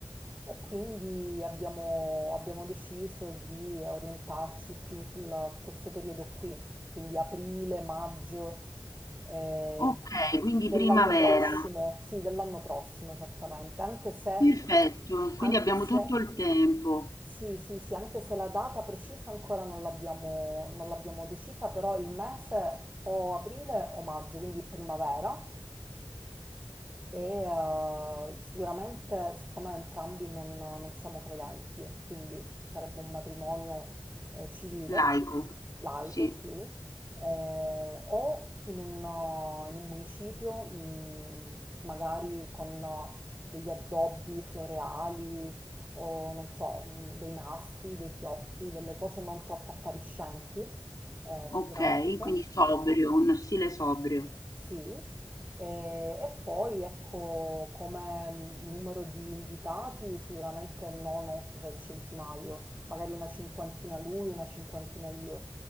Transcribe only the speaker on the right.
e quindi abbiamo, abbiamo deciso di orientarci più sulla- su questo periodo qui, quindi aprile, maggio eh,
dell'anno
prossimo, sì, dell'anno prossimo esattamente, anche se,
anche
se,
sì, sì, sì, anche se la data precisa ancora non l'abbiamo non l'abbiamo decisa, però il mese o aprile o maggio, quindi primavera. E eh, sicuramente, siccome entrambi non, non siamo credenti, quindi sarebbe un matrimonio eh, civile,
laico,
sì, eh, o in un, uh, in un municipio, mh, magari con uh, degli addobbi floreali o non so, mh, dei nastri, dei fiocchi, delle cose non troppo appariscenti, eh,
sicuramente.
Sì, e, e poi ecco come mm, numero di invitati sicuramente non oltre il centinaio, magari una cinquantina lui, una cinquantina io,